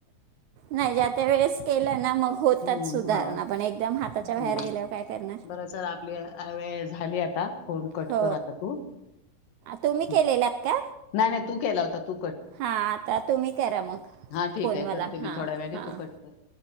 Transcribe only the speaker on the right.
नाही ज्या त्या वेळेस केलं ना मग होतात
सुधारणा,
पण एकदम हाताच्या
बाहेर गेल्यावर काय करणार!
हो
तुम्ही
केलेलात का
हा आता तुम्ही करा मग
फोन
मला
हां
हां